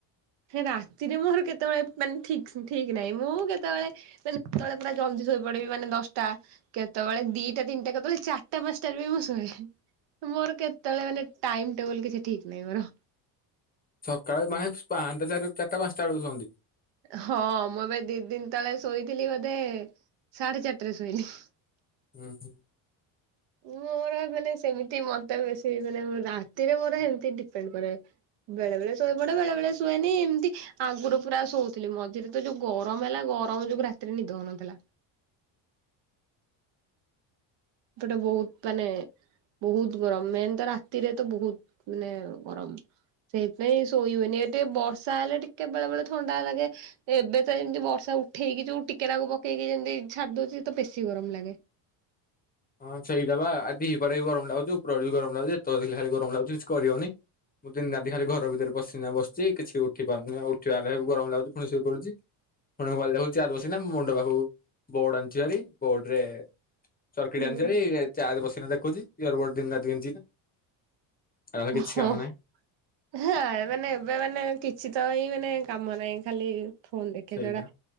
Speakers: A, on the right (about 65°); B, on the left (about 20°).
A: ରାତିରେ ମୋର କେତେବେଳେ ମାନେ ଠିକ ଠିକ ନାହିଁ ମୁଁ କେତେବେଳେ କେତେବେଳେ ମାନେ କେତେବେଳେ ପୁରା ଜଲ୍ଦୀ ଶୋଇ ପଡିବି ମାନେ ଦଶଟା କେତେବେଳେ ଦିଇଟା ତିନିଟା କେତେବେଳେ ଚାରିଟା ପାଞ୍ଚଟାରେ ବି ମୁଁ ଶୁଏ ମୋର କେତେବେଳେ ମାନେ ଟାଇମ ଟେବୁଲ କିଛି ଠିକ୍ ନାହିଁ ମୋର,
B: ସକାଳେ ମାନେ ପାହାଁନ୍ତା ଚାରି ଚାରିଟା ପାଞ୍ଚଟା ବେଳକୁ ଶୁଅନ୍ତି।
A: ହଁ ମୁଁ ଏବେ ଦିଇ ଦିନ ତଳେ ଶୋଇଥିଲି ବୋଧେ ସାଢେ ଚାରିଟାରେ ଶୋଇନି
B: ହୁଁ ହୁଁ।
A: ମୋର ମାନେ ସେମିତି ମତେ ବେଶୀ ମାନେ ରାତିରେ ମୋର ଏମିତି ଡିପେଣ୍ଡ କରେ ବେଳେ ବେଳେ ଶୋଇ ପଡେ ବେଳେ ବେଳେ ଶୁଏନି ଏମିତି ଆଗରୁ ପୁରା ଶୋଉଥିଲି ମଝିରେ ତ ଯୋଉ ଗରମ ହେଲା ଗରମ ଯୋଗୁ ରାତିରେ ନିଦ ହଉନଥିଲା। ଗୋଟେ ବୋହୁତ ମାନେ ବହୁତ ଗରମ ମେନ୍ ତ ରାତିରେ ତ ବହୁତ ମାନେ ଗରମ ସେଇଥୀ ପାଇଁ ଶୋଇ ହୁଏନି ଏ ଟିକେ ବର୍ଷା ହେଲେ ଟିକେ ବେଳେ ବେଳେ ଥଣ୍ଡା ଲାଗେ ଏବେ ତ ଯେମିତି ବର୍ଷା ଉଠେଇକି ଯୋଉ ଟିକେନାକୁ ପକେଇକି ଯେମିତି ଛାଡି ଦୋଉଚି ତ ବେଶୀ ଗରମ ଲାଗେ।
B: ହଁ ସେଇଟା ବା ଆ ଦିପରେ ବି ଗରମ ଲାଗୁଚି ଉପରଓଳି ବି ଗରମ ଲାଗୁଚି ଯେତେବେଳେ ଦେଖିଲେ ଗରମ ଲାଗୁଚି କିଛି କରିହୋଉନି ମୁଁ ଦିନରାତି ଖାଲି ଘର ଭିତରେ ପଶିକିନା ବସିଚି କିଛି ଉଠି ପାରୁନି ଉଠିଲା ବେଳେ କୁ ଗରମ ଲାଗୁଚି ଫୁଣି ଶୋଇ ପଡୁଚି ଫୁଣି ମୋବାଇଲ୍ ଚାର୍ଜ ବସେଇକିନା ମୁଣ୍ଡ ପାଖକୁ ବୋର୍ଡ ଆଣିିଚିଭାରି ବୋର୍ଡ ରେ ସର୍କିଟ
A: ହୁଁ।
B: ଆଣିଚିଭାରି ଚାର୍ଜ ବସି ଦେଖୁଚି ଇଅର ବଡ଼ ଦିନ ରାତି ଗେହିଁକିନା। ଆଉତ କିଛି
A: ହଁ।
B: କାମ ନାହିଁ।
A: ହଁ ମାନେ ଏବେ ମାନେ କିଛି ତ ହିଁ ମାନେ କାମ ନାହିଁ ଖାଲି ଫୋନ ଦେଖିବା
B: ସେଇଟା।
A: ଛଡା